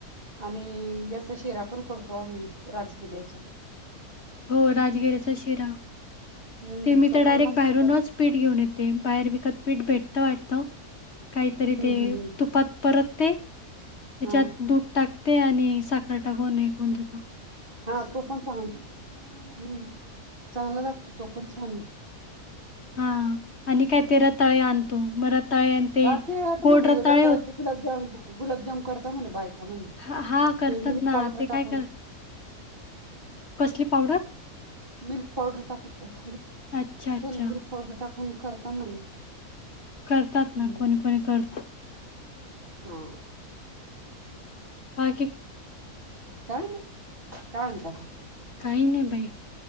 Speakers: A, on the right (about 35°); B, on the left (about 50°).
A: आणि याचा शिरा पण करतो आम्ही राजगिऱ्याच्या
B: हो राजगिरीचा शिरा
A: हम्म
B: ते मी
A: तो
B: त
A: पण
B: डायरेक्ट
A: मस्त
B: बाहेरूनच
A: होता
B: पीठ घेऊन येते. बाहेर विकत पीठ भेटतं वाट त कायतरी
A: हम्म
B: ते
A: हम्म
B: तुपात परत ते त्याच्यात
A: हम्म
B: दूध टाक ते आणि साखर टाकून हे कून जात
A: हा तो पण चांगल, हम्म, चांगला लागतो तो पण छान ये.
B: हा आणि काय ते रताळे आणतो म रताळे आणि ते
A: हा आता
B: गोड
A: म्हणे
B: रताळे
A: रताळ्याचे
B: हो
A: गुलाबजाम गुलाबजाम करतां म्हणे बायका म्हणे
B: हा हा करतात
A: ते मिल्क
B: ना
A: पावडर
B: ते काय
A: टाकून
B: कर कसली पावडर?
A: मिल्क पावडर टाकून, ये थांब गं
B: अच्छा, अच्छा.
A: त्याला मिल्क पावडर टाकून करता म्हणे
B: करतात ना
A: हम्म
B: कोणी कोणी करत.
A: हा
B: बाकी
A: काय नय काय म्हणता
B: काय नाही बई